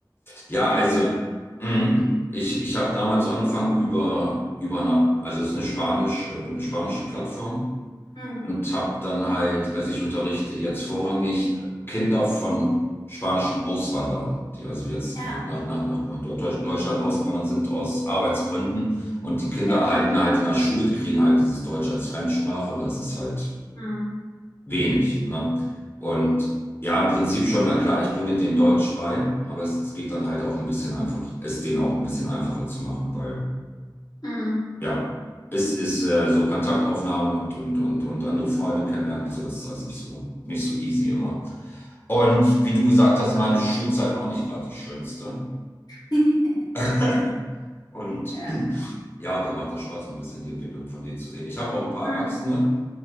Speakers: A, on the left; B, on the left.
A: Ja,
B: also
A: also
B: da.
A: mhm. ich, ich habe damals so angefangen über, über eine, also es ist eine Spanisch, äh, eine spanische Plattform
B: Hm.
A: und habe dann halt, also ich unterrichte jetzt vorrangig Kinder von spanischen Auswanderern, die also jetzt
B: Ja,
A: nach, nach, nach, nach, nach Deutsch- Deutschland ausgewandert sind aus Arbeitsgründen und die Kinder
B: ja.
A: erhalten halt in der Schule, die kriegen halt dieses Deutsch als Fremdsprache, aber das ist halt
B: Mhm.
A: wenig, ne? Und ja, im Prinzip schon, na klar, ich bringe denen Deutsch bei, aber es, es geht dann halt auch ein bisschen einfach, es denen auch ein bisschen einfacher zu machen, weil
B: Mhm.
A: ja, es ist äh, so Kontaktaufnahme und, und, und, und andere Freunde kennenlernen, und so, das ist alles nicht so, nicht so easy immer. Und wie du gesagt hast,
B: Voll.
A: meine Schulzeit war auch nicht gerade die schönste.
B: <laughs>
A: <laughs>
B: Ja,
A: Und
B: ja.
A: ja, und da macht das Spaß, so ein bisschen die Entwicklung von denen zu sehen. Ich habe auch ein paar
B: Mhm.
A: Erwachsene.